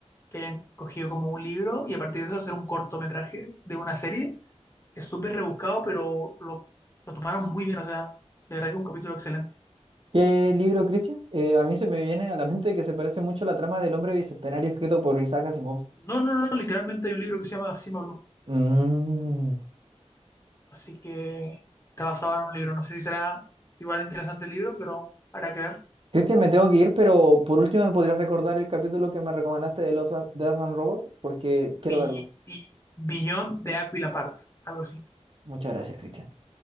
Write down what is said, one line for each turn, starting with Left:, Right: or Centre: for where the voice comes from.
Left: que hayan cogido como un libro y a partir de eso hacer un cortometraje de una serie es súper rebuscado, pero lo, lo tomaron muy bien, o sea, de verdad que es un capítulo excelente.
Right: ¿Qué libro, Cristian? Eh, a mí se me viene a la mente que se parece mucho a la trama del hombre bicentenario escrito por Isaac Asimov.
Left: No, no, no, literalmente hay un libro que se llama Cima Blue,
Right: Mm.
Left: así que está basado en un libro. No sé si será igual de interesante el libro, pero habrá que ver.
Right: Cristian, me tengo que ir, pero por último me podrías recordar el capítulo que me recomendaste de Love, and- Death and Robot, porque quiero
Left: Bi-
Right: verlo.
Left: bi- Billón de Aquila Part, algo así.
Right: Muchas gracias, Cristian.